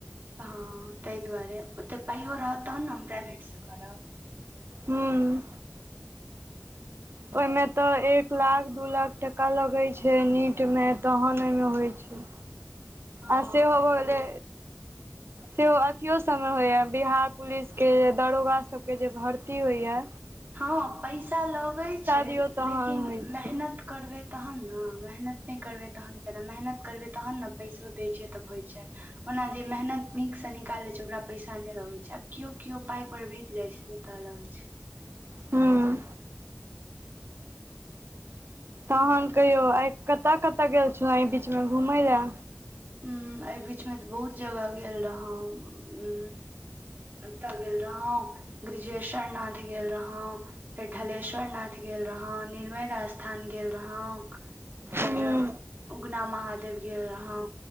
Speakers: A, on the right (about 50°); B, on the right (about 75°).
A: हँ ताहि दुआरे ओते पाइयो रहत तहन न हम प्राइवेट सँ करब
B: हूँ ओहिमे तऽ एक लाख दू लाख टका लगैत छै नीटमे तहन ओहिमे होइ छै
A: हँ
B: आ सेहो
A: फेर
B: भऽ
A: कतहु
B: गेलै सेहो अथियो सब आबै या बिहार पुलिस के दारोगा सब के जे भर्ती होइया
A: हँ पैसा लगैत छै
B: दियौ तहन
A: लेकिन
B: होइ
A: मेहनत
B: छै
A: करबै तहन न मेहनत नहि करबै तहन कना मेहनत करबै तहन न पैसो दै छै तऽ होइ छै ओना जे मेहनत नीक से निकालै छै ओकरा पैसा नहि लगे छै आब केओ केओ पााय पर बिक जाइ छै पच
B: हूँ तन कहियौ आइ कतय कतय गेल छल एहि बीचमे घुमय लए
A: हुँ एहि बीचमे तऽ बहुत जगह गेल रहौ उ एतय गेल रहौं ब्रिजेश्वर नाथ गेल रहौं फेर ढलेश्वर नाथ गेल गेल रहौ निरमैन स्थान गेल रहौ फेर
B: हूँ
A: उगना महादेव गेल रहौ